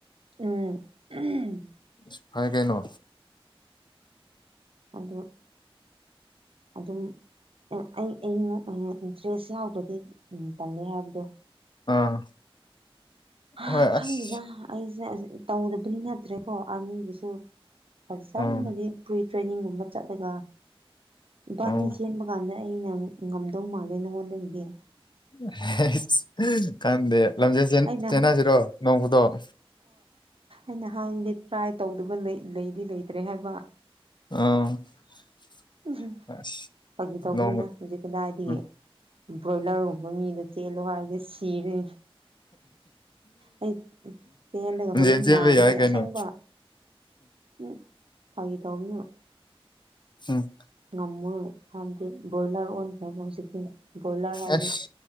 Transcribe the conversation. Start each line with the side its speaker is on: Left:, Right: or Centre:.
Right: ꯎꯝ <unintelligible>
Left: ꯁ ꯐꯔꯦ ꯀꯩꯅꯣ
Right: ꯑꯗꯨ ꯑꯗꯨꯝ ꯑꯩ ꯑꯩꯅ ꯑ ꯏꯟꯇ꯭ꯔꯦꯁ ꯌꯥꯎꯗ꯭ꯔꯗꯤ ꯎ ꯇꯜꯂꯦ ꯍꯥꯏꯕꯗꯣ
Left: ꯑꯥ
Right: ꯍ
Left: ꯍꯣꯏ
Right: ꯈꯪꯗꯦꯗ
Left: ꯑꯁ
Right: ꯑꯩꯁꯦ ꯑꯖꯦ ꯇꯧꯗꯕꯗꯤ ꯅꯠꯇ꯭ꯔꯦꯀꯣ ꯑꯥꯔꯃꯤꯒꯤꯁꯨ ꯐꯖꯝꯅꯗꯤ
Left: ꯑꯥ
Right: ꯄ꯭ꯔꯤ ꯇ꯭ꯔꯦꯅꯤꯡꯒꯨꯝꯕ ꯆꯠꯂꯒ ꯏꯕꯥꯅꯤ
Left: ꯑꯥ
Right: ꯆꯦꯟꯕ ꯀꯥꯟꯗ ꯑꯩꯅ ꯉꯝꯗꯧ ꯃꯥꯜꯂꯦ ꯅꯪꯉꯣꯟꯗꯒꯤꯗꯤ
Left: <unintelligible> ꯈꯪꯗꯦ ꯂꯝꯖꯦꯜ ꯆꯦꯟ
Right: ꯑꯩꯅ
Left: ꯆꯦꯟꯅꯁꯤꯔꯣ ꯅꯣꯡ ꯐꯥꯗꯣꯛ
Right: ꯑꯩꯅ ꯍꯥꯏꯕꯅꯤ ꯇ꯭ꯔꯥꯏ ꯇꯧꯗꯕ ꯂꯩ ꯂꯩꯗꯤ ꯂꯩꯇ꯭ꯔꯦ ꯍꯥꯏꯕ
Left: <unintelligible>
Right: <inaudible>
Left: ꯑꯁ
Right: ꯐꯒꯤ ꯇꯧꯕꯅꯤꯅ
Left: ꯅꯣꯡ
Right: ꯍꯧꯖꯤꯛ ꯀꯗꯥꯏꯗꯒꯤ
Left: ꯎꯝ
Right: ꯕ꯭ꯔꯣꯏꯂꯔꯒꯨꯝꯕ ꯃꯤꯗ ꯆꯦꯜꯂꯨ ꯍꯥꯏ ꯅꯨꯁꯤꯔꯦ ꯑꯩ ꯄꯦꯜꯂꯒ
Left: ꯂꯝꯖꯦꯜ
Right: ꯍꯣꯔꯦꯟ
Left: ꯆꯦꯟꯕ
Right: ꯅꯥꯒꯅꯤ
Left: ꯌꯥꯏ ꯀꯩꯅꯣ
Right: ꯑꯁꯦꯡꯕ ꯎꯝ ꯐꯥꯒꯤ ꯇꯧꯕꯅꯣ
Left: ꯎꯝ
Right: ꯉꯝꯃꯣꯏ ꯍꯥꯏꯕꯗꯤ ꯕꯣꯏꯂꯔ ꯑꯣꯟꯈ꯭ꯔꯦꯕ ꯍꯧꯖꯤꯛꯇꯤ ꯕꯣꯏꯂꯔ ꯍꯥꯏꯕꯨ
Left: ꯑꯁ